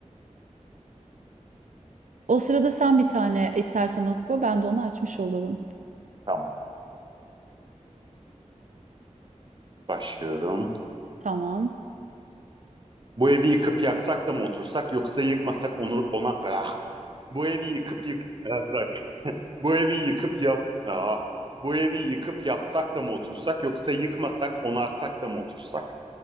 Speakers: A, on the right; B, on the right.
A: O sırada sen bir tane istersen oku, ben de onu açmış olurum.
B: Tamam. Başlıyorum.
A: Tamam.
B: Bu evi yıkıp yaksak da mı otursak yoksa yıkmasak onu ona ah. Bu evi yıkıp yık <laughs> Bu evi yıkıp yap Aa. Bu evi yıkıp yapsak da mı otursak yoksa yıkmasak onarsak da mı otursak?